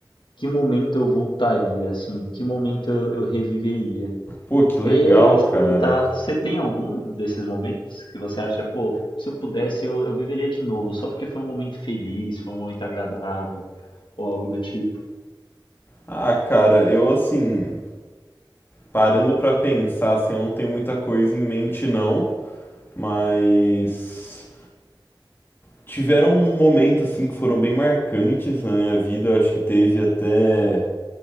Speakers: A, on the left; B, on the left.
A: que momento eu voltaria, assim, que momento eu, eu reviveria?
B: Pô, que legal,
A: É, E aí eu ia te perguntar,
B: cara.
A: você tem algum desses momentos que você acha, pô, se eu pudesse eu, eu viveria de novo, só porque foi um momento feliz, foi um momento agradável, ou algo do tipo?
B: Ah, cara, eu assim, parando pra pensar, assim, eu não tenho muita coisa em mente não, mas tiveram momentos assim que foram bem marcantes na minha vida. Eu acho que teve até